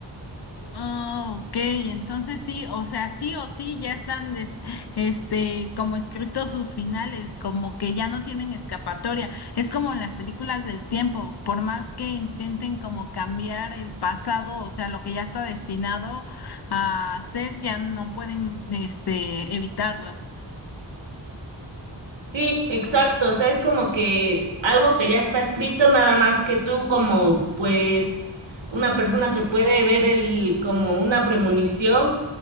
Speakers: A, on the left (about 60°); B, on the right (about 75°).
A: Ah, ok, entonces sí, o sea, sí o sí ya están des- este como escritos sus finales, como que ya no tienen escapatoria. Es como en las películas del tiempo, por más que intenten como cambiar el pasado, o sea, lo que ya está destinado a hacer, ya no pueden este evitarlo.
B: Sí, exacto. O sea, es como que algo que ya está escrito, nada más que tú como pues una persona que puede ver el como una premonición,